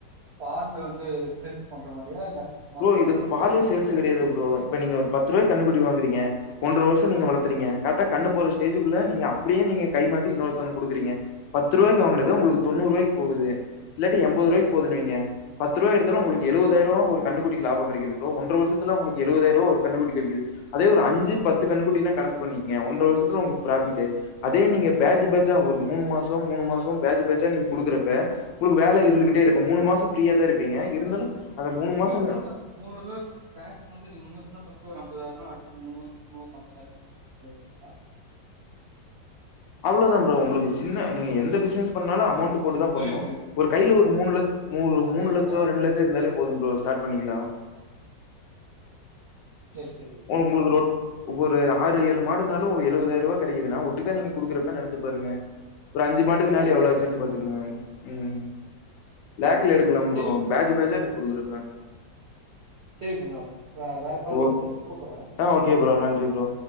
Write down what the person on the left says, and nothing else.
ப்ரோ இது
பாலே சேல்ஸ் கெடையாது ப்ரோ இப்ப நீங்க ஒரு பத்து ரூவாய்க் கன்னுக்குட்டி வாங்குறீங்க ஒன்றர வருஷோ நீங்க வளத்ரீங்க கரெக்டா கண்ணு போற ஸ்டேஜுக்குள்ள நீங்க அப்டியே நீங்க கைமாத்தி இன்னொருத்தங்ளுக் குடுக்குறீங்க பத்து ருவாய்க்கு வாங்குனது உங்களுக்கு தொண்ணூறு ரூவாய்க்கு போகுது இல்லாட்டி என்பது ரூவாய்கு போகுதுனுவைங்க பத்து ரூவா எடுத்தாலே உங்களுக்
எழுவதாயிருவா ஒரு கண்ணு குட்டிக்கு லாபோ கெடைக்குது ப்ரோ ஒன்றர வருஷத்துல உங்களுக்கு எழுவதாயிருவா ஒரு கண்ணு குட்டிக்கு கிடைக்குது அதே ஒரு அஞ்சு பத்து கண்ணு குட்டினு கணக்கு பண்ணுகிங்க ஒன்றர வருஷத்துல உங்களுக்கு ப்ராஃபிட்டு அதே நீங்க பேட்ச் பேட்ச்சா ஒரு மூணு மாசோ மூணு மாசோ பேட்ச் பேட்ச்சா நீங்க குடுக்குறப்ப உங்களுக்கு வேல இருந்துகிட்டே இருக்கு மூணு மாசம் ஃப்ரீயா தா இருப்பீங்க இருந்தாலு அத மூணு மாசோ
அவ்ளோதா ப்ரோ உங்களுக்கு சின்ன நீங்க எந்த பிஸ்னஸ் பண்ணாலு அமௌண்ட் போட்டு தா
பண்ணு
ஒரு கையில ஒரு மூனு லட்ச் மூனு
மூனு லட்சோ ரெண்டு லட்சோ இருந்தாலே போது ப்ரோ ஸ்டார்ட் பண்ணிக்லாம்
உங்குளுக் ரோ ஒவ்வொரு ஆறு ஏழு மாடுனாலு எழுவதாயிருவா கெடைக்குதுனா ஒட்டுக்கா நீங்க குடுக்குறப்ப நெனைச்சு பாருங்க ஒரு அஞ்சு மாட்டுக்குனாலு
எவ்ளோ
ஆச்சுனு பாத்துக்ங்க உம்
லேக்ல எடுக்கலா
ப்ரோ பேஜ் பேஜா குடுக்குறப்ப
ஓக்
ஆ
ஓகே
நன்றி ப்ரோ.